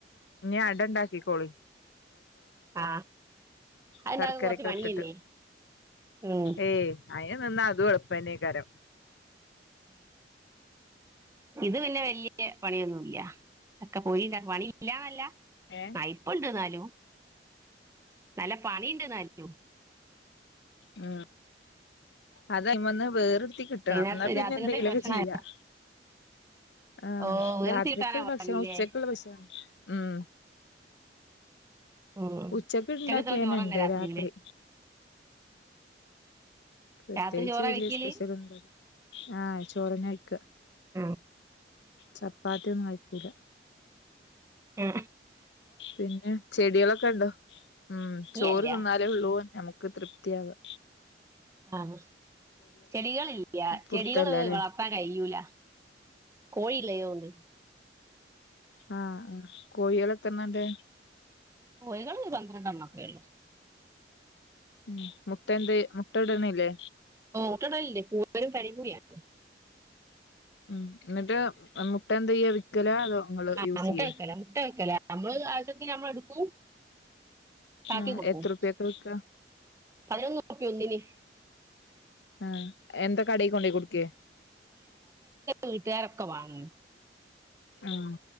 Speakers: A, on the left; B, on the right.
A: ഇനി അട ഇണ്ടാക്കിക്കോളി
B: ആ അതുണ്ടാക്കാൻ
A: ശർക്കരയൊക്കെ
B: കുറച്ച് പണിയല്ലേ
A: ഇട്ടിട്ട്
B: ഉം
A: ഏ അയ് എന്ന അതു എളുപ്പന്നേക്കാ രം
B: ഇത് പിന്നെ വല്യ പണിയൊന്നുമില്ല ഇല്ല, ചക്ക പൊരി ഉണ്ടാക്കാൻ പണിയില്ല ഇല്ല
A: ഏഹ്
B: കൈപ്പ്ണ്ട് ന്നാലും <unintelligible> പണിയുണ്ടെന്നായിരിക്കും
A: ആ അതയന്ന് വേറ് ത്തി കിട്ടണം
B: വൈകുന്നേരത്തെ
A: എന്നാ പിന്നെ
B: രാത്രികത്തേക്ക്
A: എന്തെങ്കിലുമൊക്കെ
B: ഭക്ഷണമായ
A: ചെയ്യാം ആ,
B: ഓ വേർത്തി
A: രാത്രിക്ക്
B: കിട്ടാനാ
A: ഭക്ഷണം
B: പണിയില്ലേ
A: ഉച്ചക്കുള്ള ഭക്ഷണം ഉം
B: ഉം
A: ഉച്ചയ്ക്ക് ഉണ്ടാക്കിയത്
B: ഉച്ചക്കത്തെ
A: തന്നെയുണ്ട്
B: ചോറന്നെ രാത്രിയിലെ
A: രാത്രി, പ്രത്യേകിച്ച്
B: രാത്രി ചോറാ വെക്കല്
A: സ്പെഷ്യൽ ഒന്നുമില്ല ആഹ് ചോറ് നൈക്ക്
B: ആ
A: ചപ്പാത്തി ഒന്നും ആയ്ട്ടില്ല
B: മ്
A: പിന്നെ ചെടികളൊക്കെ ഉണ്ടോ മ് ചോറ്
B: ഇല്ലല്ല
A: തിന്നാലെഉളളൂ <unintelligible> ഒരു തൃപ്തിയാവുക
B: ആഹ് ചെടികളില്ല
A: പുടുത്തല്ലല്ലേ
B: ചെടികള് വളര്‍ത്താൻ കഴിയൂല കോഴി ലെ ഉണ്ട്
A: ആ ആ കോഴികള്‍ എത്രണ്ണം ഉണ്ട്
B: കോഴികള് ഒരു പന്ത്രണ്ട്എണ്ണം ഒക്കെഉള്ളു
A: മ് മുട്ടന്തേ മു പ്പ ഇടുന്നില്ലെ
B: ഓ മുട്ടടലില്ലേ <unintelligible>
A: മ് എന്നിട്ട് മുട്ട എന്തുചെയ്യാ വിക്കലോ അതോ ഇങ്ങള്
B: ആഹ്
A: യൂസ്
B: മുട്ട
A: ചെയ്യേ
B: വക്കല മുട്ട വക്കല നമ്മള് ആവശ്യത്തിന് നമ്മള് എടുക്കും ബാക്കി
A: ആഹ്
B: കൊടുക്കും
A: എത്ര റുപ്യക്ക വിക്ക
B: പകര ബാക്കി ഒന്നിന്
A: ഉം എന്താ കടയികൊണ്ട കൊടുക്കേ
B: വീട്ടുകാർ ഒക്കെ വാങ്ങും
A: ആഹ്